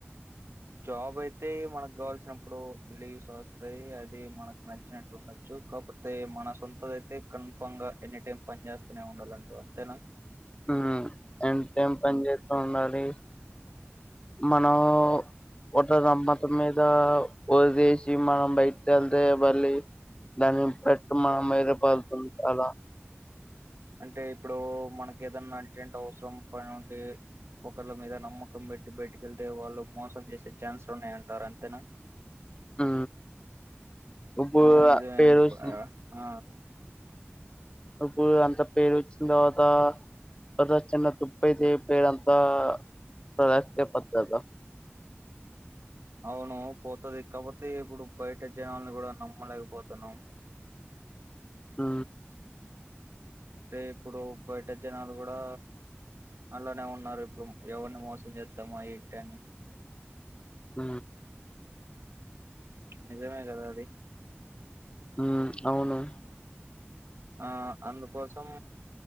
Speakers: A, on the right (about 75°); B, on the left (about 25°).
A: జాబ్ అయితే మనకు కావాల్సినప్పుడు లీవ్స్ వస్తాయి అది మనకు నచ్చినట్టు ఉండొచ్చు కాబపోతే మన సొంత అయితే కన్ఫామ్ గా ఎనీ టైమ్ పని చేస్తూనే ఉండాలంట అంతేనా
B: యూ ఎనీ టైం పని చేస్తూ ఉండాలి మనం ఒక సంవత్సరం అయితే వదిలేసి మనం బయటికి వెళ్తే మళ్ళీ దాన్ని పెట్టు మనం భయపడతాం చాలా
A: అంటే ఇప్పుడు మనకు ఏదన్నా అర్జెంట్ అవసరం ప నుండి ఒకరిళ మీద నమ్మకం పెట్టి బయటికెళ్తే వాళ్ళు మోసం చేసే ఛాన్స్లు ఉన్నాయంటారు అంతేనా
B: ఉ ఇప్పుడు
A: అవును నిజమే
B: పేరుస్తుంది
A: ఆ ఆ,
B: ఇప్పుడు అంత పేరు వచ్చిన తర్వాత ఒక్క చిన్న తుప్ప అయితే పేరు అంతా కొలాప్స్ అయిపోతాది కదా
A: అవును పోతది కాబట్టి ఇప్పుడు బయట జనాలని కూడా నమ్మలేకపోతున్నా
B: ఉ
A: అ అంటే ఇప్పుడు బయట జనాలు కూడా అలానే ఉన్నారు ఇప్పుడు ఎవరిని మోసం చేద్దామా ఏంటి అని
B: ఉ
A: నిజమే కదా అది
B: ఉ అవును
A: ఆ అందుకోసం